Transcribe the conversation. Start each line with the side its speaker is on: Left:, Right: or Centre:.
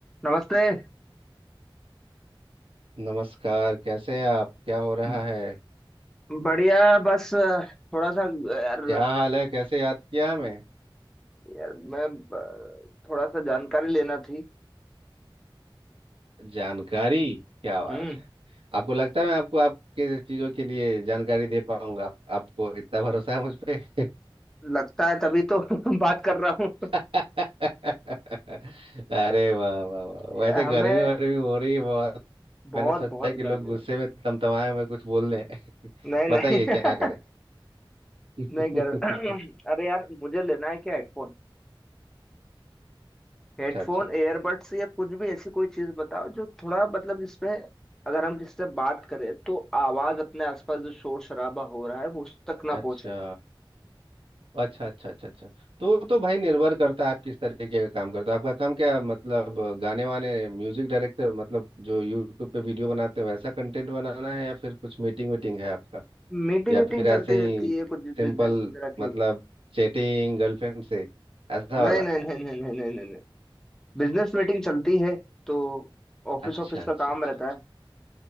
Centre: नमस्ते
Right: नमस्कार कैसे हैं आप क्या हो रहा
Centre: ब-
Right: है
Centre: बढ़िया बस अ, थोड़ा सा यार
Right: क्या हाल है कैसे याद किया हमें
Centre: यार मैं अ, थोड़ा सा जानकारी लेना थी
Right: जानकारी क्या बात
Centre: हम्म
Right: है आपको लगता है मैं आपको आपके चीजों के लिए जानकारी दे पाऊंगा आप, आपको इतना भरोसा है मुझ पे
Centre: लगता है तभी तो <laughs> बात कर रहा हूँ
Right: <laughs> अरे वाह वाह वाह वैसे
Centre: यार,
Right: गर्मी
Centre: हमें
Right: वर्मी हो रही है बहुत मैंने
Centre: बहुत
Right: सोचा
Centre: बहुत
Right: कि लोग
Centre: गर्मी
Right: गुस्से
Centre: हो
Right: में तमतमाए हुए कुछ बोल रहे हैं
Centre: रही
Right: <laughs>
Centre: नहीं
Right: बताइए
Centre: नहीं
Right: क्या करें
Centre: <laughs>
Right: <laughs>
Centre: नहीं गर <clears throat> अरे यार मुझे लेना है क्या हेडफोन हेडफोन
Right: अच्छा अच्छा
Centre: एयरबड्स या कुछ भी ऐसी कोई चीज बताओ जो थोड़ा मतलब जिसमें अगर हम किससे बात करें तो आवाज अपने आसपास जो शोर शराबा हो रहा है वो उस तक ना
Right: अच्छा
Centre: पहुंचे
Right: अच्छा अच्छा अच्छा अच्छा तो तो भाई निर्भर करता है आप किस तरीके का काम करते हो आपका काम क्या मतलब गाने वाने म्यूजिक डायरेक्टर मतलब जो यूट्यूब पे वीडियो बनाते हो वैसा कंटेंट बनाना है या फिर कुछ मीटिंग वीटिंग है आपका
Centre: मीटिंग
Right: या
Centre: वीटिंग
Right: फिर ऐसे
Centre: चलती
Right: ही
Centre: रहती है कुछ
Right: सिंपल
Centre: बिजनेस वगैरह
Right: मतलब
Centre: की
Right: चैटिंग गर्लफ्रेंड से ऐसा वाला
Centre: नहीं नहीं नहीं नहीं नहीं नहीं नहीं, नहीं। बिजनेस मीटिंग चलती है तो ऑफिस
Right: अच्छा
Centre: ऑफिस
Right: अच्छा
Centre: का काम
Right: अच्छा
Centre: रहता
Right: अच्छा
Centre: है